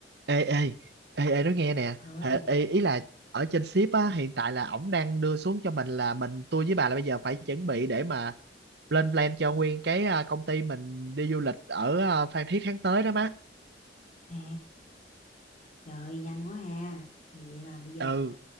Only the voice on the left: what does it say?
Thôi,
à, trời ơi, nhanh quá ha. Vậy mà bây giờ